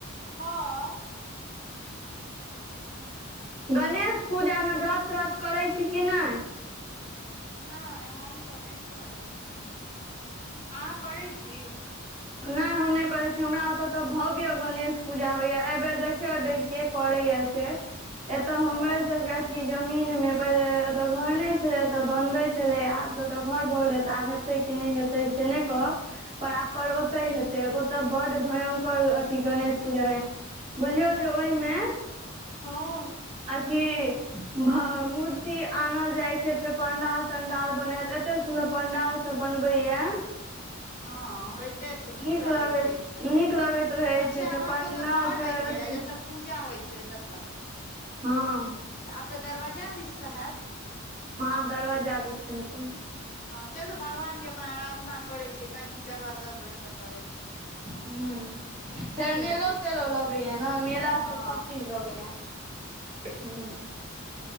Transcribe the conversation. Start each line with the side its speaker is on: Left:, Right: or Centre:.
Left: हाँ अ
Right: गणेश पूजामे व्रत्त तत्त करै छी की नै?
Left: नै हम तऽ नहि करै छी, अहाँ करै छी?
Right: नै हम नहि करै छी हमरा ओतऽ तऽ भव्य गणेश पूजा होइया एहि बेर देख देख के करैय से एतऽ
Left: अच्छा
Right: हमर सबके अथी जमीन मे पहिले ओतय घर नहि छलै एतऽ बनबै छलै आब तऽ ओतऽ घर भऽ गेलै तऽ आब हे हेतै की नहि हेतै से नहि कहब परर ओते हेतै ओतऽ ब भयं कर अथी गणेश पूजा होइया बुझियौ जे ओहिमे
Left: हाँ
Right: अथी भ मूर्ति आनल जाई से फेर पंडाल तंडाल बनत एते सुन्दर पण्डाल सब बनबैया।
Left: हँ होय ते छै नीक लागैत
Right: लगैत
Left: रहै छै,
Right: नीक लगैत रहै
Left: अच्छा
Right: छै फेर
Left: अहाँ
Right: पंडाल
Left: के ओतय घर
Right: फेर
Left: बनि गेल
Right: अथी
Left: जत पूजा होइ छैले ततऽ।
Right: हां
Left: तऽ आब तऽ दरवाजा दिस से हयत?
Right: हाँ आब दरवाज्जा दीस से हेते।
Left: हाँ चलू भगवान के प्रार्थना करै छियै, कनि जगह दऽ देबनि तऽ भए।
Right: हूँ फेर
Left: की
Right: मेलो
Left: हेतै
Right: तेलो लगैया ने मेलाँ
Left: हँ
Right: सब चीज लगैया। हूँ